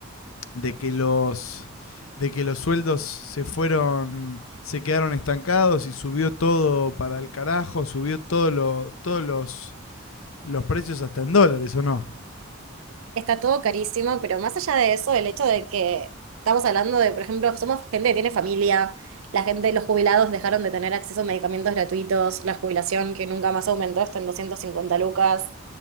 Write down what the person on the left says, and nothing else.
de que los de que los sueldos se fueron, se quedaron estancados y subió todo para el carajo, subió todo lo, todos los, los precios hasta en dólares, ¿o no?